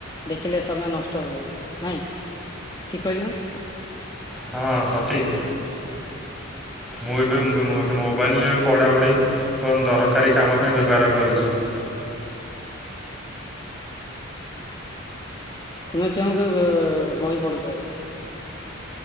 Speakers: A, on the left; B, in the centre.
A: ଦେଖିଲେ ସମୟ ନଷ୍ଟ ହୁଏ ନାଇଁ। ଠିକ୍ କହିଲି ନା?
B: ହଁ ସଠିକ୍। ମୁଁ ଏବେ ମୋବାଇଲରେ ପଢ଼ାପଢ଼ି ଫୋନ୍ ଦରକାରୀ କାମ ପାଇଁ ବ୍ୟବହାର କରୁଛି।
A: ତୁମେ କେଉଁ କେଉଁ ବହି ପଢୁଛ ଏବେ?